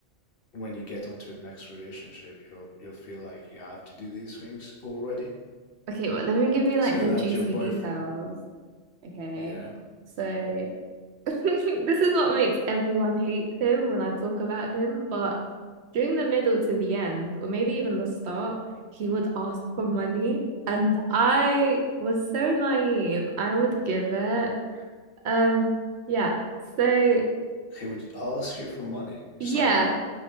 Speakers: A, on the left; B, on the right.
A: when you get onto the next relationship, you'll you'll feel like you have to do these things already.
B: Okay, but let me give you like
A: so
B: the
A: that
B: juicy
A: your boyfriend,
B: details. Okay.
A: yeah,
B: So <laughs> this is what makes everyone hate him when I talk about him, but during the middle to the end, or maybe even the start, he would ask for money and I was so naive. I would give it. Um, yeah. So
A: he would ask you for money,
B: yeah,
A: just like that.